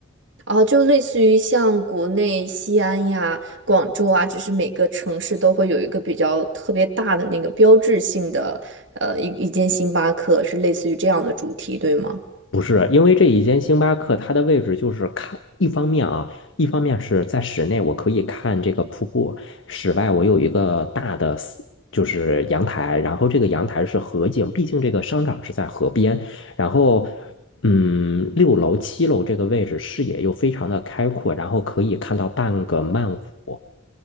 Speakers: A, on the right (about 65°); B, on the left (about 75°).
A: 哦，就类似于像国内西安呀、广州啊，就是每个城市都会有一个比较特别大的那个标志性的，呃，一一间星巴克，是类似于这样的主题，对吗？
B: 不是，因为这一间星巴克，它的位置就是看，一方面啊，一方面是在室内，我可以看这个瀑布；室外，我有一个大的 s- 就是阳台，然后这个阳台是河景，毕竟这个商场是在河边。然后，嗯，六楼、七楼这个位置视野又非常的开阔，然后可以看到半个曼谷。